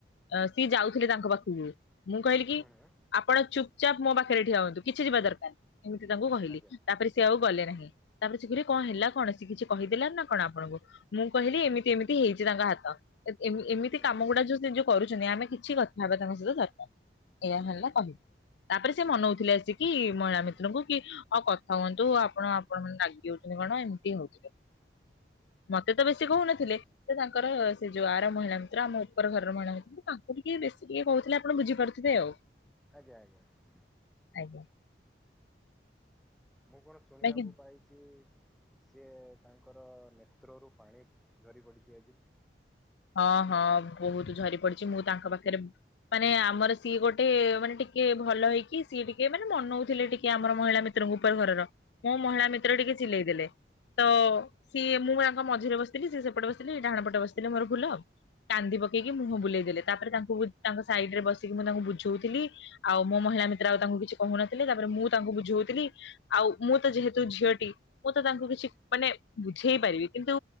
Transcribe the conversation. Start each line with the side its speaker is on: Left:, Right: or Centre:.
Left: ଅ ସିଏ ଯାଉଥିଲେ ତାଙ୍କ ପାଖକୁ ମୁଁ କହିଲି କି
Centre: ହୁଁ
Left: ଆପଣ ଚୁପ ଚାପ୍ ମୋ ପାଖରେ ଠିଆ ହୁଅନ୍ତୁ କିଛି ଯିବା ଦରକାର ନାହିଁ। ଏମିତି ତାଙ୍କୁ କହିଲି
Centre: ଆଜ୍ଞା
Left: ତା ପରେ ସିଏ ଆଉ ଗଲେ ନାହିଁ। ତା ପରେ ସେ କହିଲେ କଣ ହେଲା କଣ ସେ କିଛି କହିଦେଲେ ନା କଣ ଆପଣଙ୍କୁ? ମୁଁ କହିଲି ଏମିତି ଏମିତି ହେଇଚି ତାଙ୍କ ହାତ। ଏ-ଏମି-ଏମିତି
Centre: ହୁଁ
Left: କାମ ଗୁଡା ଯୋଉ ସେ ଯୋଉ କରୁଚନ୍ତି। ଆମେ କିଛି କଥା ହେବା ତାଙ୍କ ସହିତ ଦରକାର ନାଇଁ। ଏଇ ହେଲା କହିଲି ତାପରେ ସେ ମନଉଥିଲେ ଆସିକି ମହିଳା ମିତ୍ରଙ୍କୁ କି ହଉ କଥା ହୁଅନ୍ତୁ ଆପଣ ଆପଣ ମାନେ ରାଗି ଯାଉଚନ୍ତି କଣ ଏମିତି ହଉଥିଲେ। ମତେ ତ ବେଶି କହୁନଥିଲେ ସେ ତାଙ୍କର ସେ ଯୋଉ ଆର ମହିଳା ମିତ୍ର ଆମ ଉପର ଘରର ମହିଳା ମି ତାଙ୍କୁ ଟିକେ ବେଶୀ ଟିକେ କହୁଥିଲେ ଆପଣ ବୁଝିପାରୁଥିବେ ଆଉ।
Centre: ଆଜ୍ଞା ଆଜ୍ଞା।
Left: ଆଜ୍ଞା।
Centre: ମୁଁ କଣ ଶୁଣିବାକୁ
Left: ବାକି
Centre: ପାଇଚି ସିଏ ତାଙ୍କର ନେତ୍ରରୁ ପାଣି ଝରି ପଡ଼ିଚି ଆଜି।
Left: ହଁ ହଁ ବହୁତ ଝରି ପଡିଚି। ମୁଁ ତାଙ୍କ ପାଖରେ ମାନେ ଆମର ସିଏ ଗୋଟେ ମାନେ ଟିକେ ଭଲ ହେଇକି ସିଏ ଟିକେ ମାନେ ମନଉଥିଲେ ଟିକେ ଆମର ମହିଳା ମ ତ୍ର <unintelligible> ଘରର ମୋ ମହିଳା ମିତ୍ର
Centre: ହୁଁ
Left: ଟିକେ ଚିଲେଇ ଦେଲେ। ତ ସିଏ ମୁଁ ତାଙ୍କ ମଝିରେ ବସିଥିଲି। ସିଏ ସେପଟେ ବସିଥିଲେ। ଇଏ ଡାହାଣ ପଟେ ବସିଥିଲେ ମୋର ଭୁଲ ଆଉ କାନ୍ଦି ପକେଇକି ମୁହଁ ବୁଲେଇ ଦେଲେ ତା ପରେ ତାଙ୍କୁ ତାଙ୍କ ସାଇଡ ରେ ବସିକି ମୁଁ ତାଙ୍କୁ ବୁଝଉଥିଲି। ଆଉ ମୋ ମହିଳା ମିତ୍ର ଆଉ ତାଙ୍କୁ କିଛି କହୁନଥିଲେ। ତା ପରେ ମୁଁ ତାଙ୍କୁ ବୁଝଉଥିଲି। ଆଉ ମୁଁ ତ ଯେହେତୁ ଝିଅଟି ମୁଁ ତ ତାଙ୍କୁ କିଛି ମାନେ ବୁଝେଇ ପାରିବି। କିନ୍ତୁ